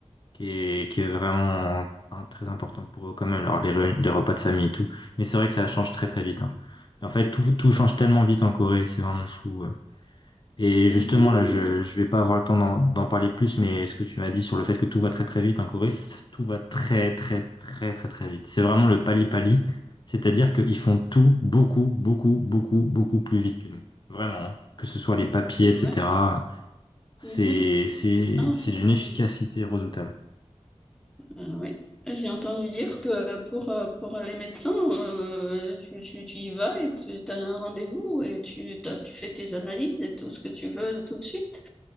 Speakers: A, on the left (about 40°); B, in the centre.
A: qui est, qui est vraiment un- très important pour eux quand même, alors les, réunions- les repas de famille et tout. Mais c'est vrai que ça change très très vite. hein. En fait, tout, tout change tellement vite en Corée, c'est vraiment fou. ouais. Et
B: Mhm.
A: justement, là, je, je vais pas avoir le temps d'en d'en parler plus, mais ce que tu m'as dit sur le fait que tout va très très vite en Corée, c- tout va très très très très très vite. C'est vraiment le pali-pali, c'est-à-dire qu'ils font tout beaucoup, beaucoup, beaucoup, beaucoup plus vite que nous. Vraiment, hein. Que ce soit les papiers,
B: Ouais.
A: etc. C'est,
B: Mhm.
A: c'est,
B: Ah,
A: c'est
B: ça...
A: d'une efficacité redoutable.
B: Euh, oui, j'ai entendu dire que pour, euh, pour les médecins, euh, tu, tu, tu y vas et tu as un rendez-vous et tu, t'as- tu fais tes analyses et tout ce que tu veux tout de suite.